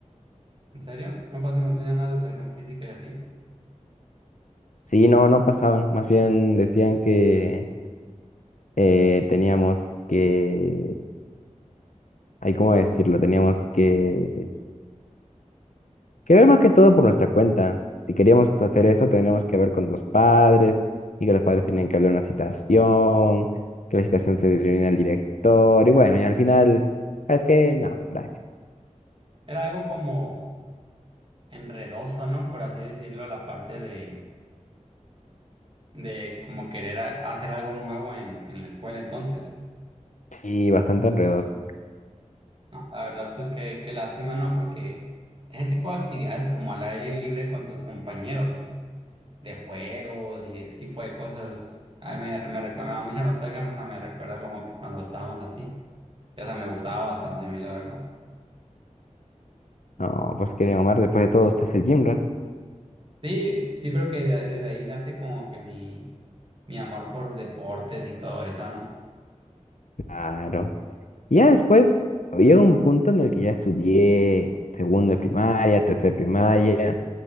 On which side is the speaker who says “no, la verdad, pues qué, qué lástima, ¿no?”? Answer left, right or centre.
Right